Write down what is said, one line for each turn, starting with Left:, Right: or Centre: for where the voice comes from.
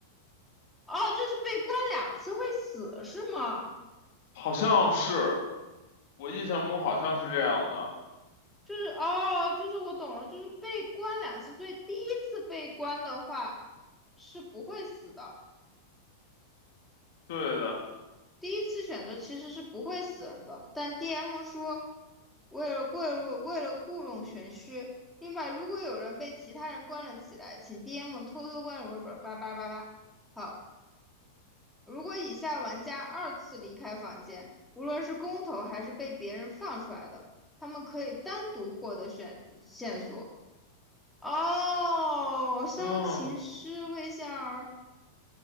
Centre: 哦，就是被关两次会死是吗？
Left: 好像是，我印象中好像是这样的，
Centre: 就是哦，就是我懂了，就是被关两次，所以第一次被关的话是不会死的，
Left: 对的，
Centre: 第一次选择其实是不会死人的，但 DM 说为了贿赂，为了故弄玄虚。另外，如果有人被其他人关了起来，请 DM 偷偷关入本八八八八。好，如果以下玩家二次离开房间，无论是公投还是被别人放出来的，他们可以单独获得选线索。哦，烧琴师魏仙儿，
Left: 嗯，